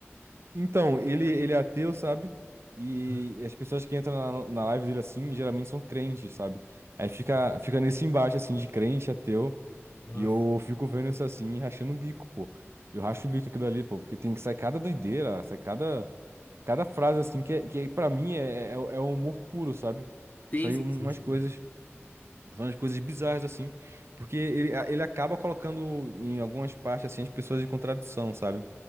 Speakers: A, on the right; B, on the left.
A: Então, ele, ele é ateu, sabe? E
B: Aham.
A: as pessoas que entram na, na live dele assim, geralmente são crentes, sabe? Aí fica, fica nesse embate assim de crente, ateu,
B: Nossa.
A: e eu fico vendo isso assim e rachando o bico, pô. Eu racho o bico aquilo ali, pô, porque tem que sair cada doideira, sai cada, cada frase assim, que, é- que é, pra mim é, é, é humor puro, sabe?
B: Sim,
A: Sai
B: sim,
A: umas
B: sim, sim.
A: coisas, são umas coisas bizarras assim, porque ele, ele acaba colocando em algumas partes assim as pessoas em contradição, sabe?